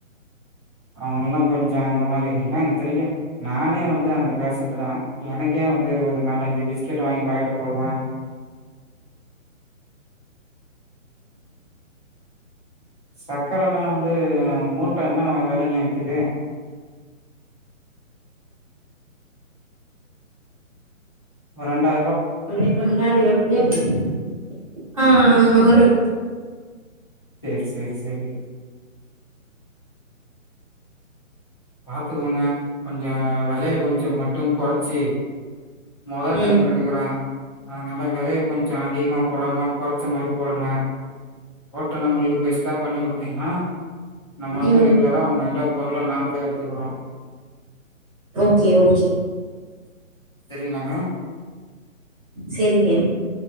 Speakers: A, on the left; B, on the right.
A: அவன்ல்லா கொஞ்சோ அந்த மாரி ஏன் இத்தனைக்கு நானே வந்து அந்த பேசன்ட் தா எனக்கே வந்து ஒரு நாலஞ்சு பிஸ்கட் வாங்கி வாயில போடுவ சக்கரலா வந்து மூட்ட என்ன வெலைங்க விக்குது ஒரண்டா
B: <unintelligible> <unintelligible> ஆ ஆ ஆ வரு
A: சேர் சேர் சேரி பாத்துக்கோங்க கொஞ்ச வலைய கொஞ்சோ மட்டு கொறச்சி மொத டைம்
B: ம்
A: எடுகுற அதனால வெலைய கொஞ்சோ அதிகமா போடாம கொறச்ச மாரி போடுங்க ஓட்டனங்ளுக்கு பேஸ் த பண்ணி குடுத்தீங்கனா நம்ம வந்து
B: ம்
A: ரெகுலரா அவ்ககிட்ட பொருள நாமளே எடுதுகுறோ
B: ஓகே ஓகே
A: தெரிங்ளாங்க
B: செரிங்க